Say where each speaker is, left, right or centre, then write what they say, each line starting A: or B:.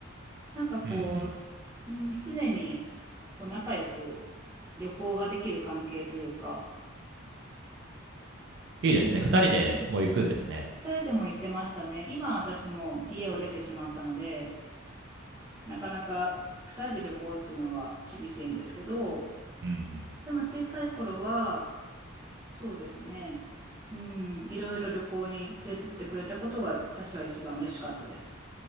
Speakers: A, on the right; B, on the right.
A: なんかこ
B: うんうん。
A: う、うん、常にこう仲良く旅行ができる関係というか、
B: いいですね。
A: うん、
B: 2人でもう行くんですね。
A: 二人でも行ってましたね。今私も家を出てしまったので、なかなか二人で旅行っていうのは厳しいんですけど、
B: うんうん。
A: でも小さい頃は、そうですね、うん、いろいろ旅行に連れてってくれたことが私は一番嬉しかったです。